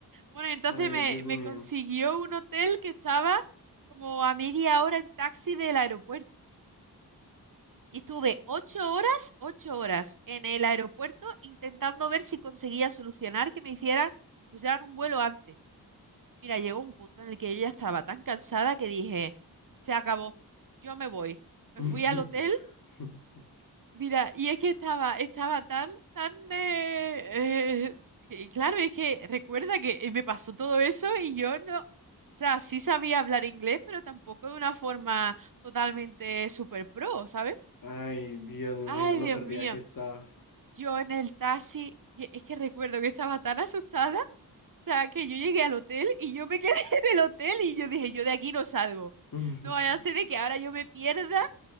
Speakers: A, on the right; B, on the left.
A: Bueno, entonces
B: ay,
A: me,
B: Dios mío.
A: me consiguió un hotel que estaba como a media hora en taxi del aeropuerto. Y estuve ocho horas, ocho horas en el aeropuerto intentando ver si conseguía solucionar que me hicieran pusieran un vuelo antes. Mira, llegó un punto en el que yo ya estaba tan cansada que dije, se acabó, yo me voy. Me
B: <laughs>
A: fui al hotel Mira, y es que estaba, estaba tan, tan... eh, eh, y claro, es que recuerda que eh, me pasó todo eso y yo no... O sea, sí sabía hablar inglés, pero tampoco de una forma totalmente super pro, ¿sabes?
B: Ay, Dios, me imagino
A: Ay,
B: lo
A: Dios
B: perdida
A: mío.
B: que estabas.
A: Yo en el taxi, y es que recuerdo que estaba tan asustada, o sea, que yo llegué al hotel y yo me quedé <laughs> en el hotel y yo dije, yo de aquí no salgo.
B: <laughs>
A: No vaya a ser de que ahora yo me pierda